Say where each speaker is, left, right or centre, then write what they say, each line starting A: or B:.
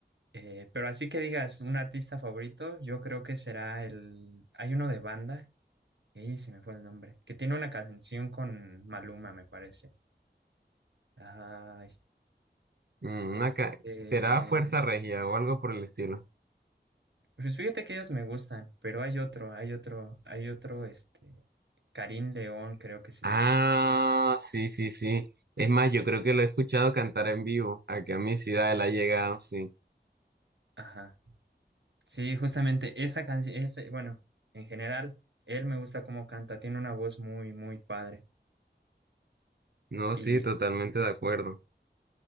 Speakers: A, on the right; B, on the right.
A: eh, pero así que digas, un artista favorito, yo creo que será el... Hay uno de banda, y se me fue el nombre, que tiene una canción con Maluma, me parece. Ay,
B: Mm,
A: este...
B: acá, ¿será Fuerza Regia o algo por el estilo?
A: Pues fíjate que ellos me gustan, pero hay otro, hay otro, hay otro, este, Karim León creo que se
B: Ah,
A: llama.
B: sí, sí, sí. Es más, yo creo que lo he escuchado cantar en vivo. Aquí a mi ciudad él ha llegado, sí.
A: Ajá. Sí, justamente esa canción, ese, bueno, en general, él me gusta cómo canta, tiene una voz muy, muy padre.
B: No,
A: ¿Y,
B: sí, totalmente de acuerdo.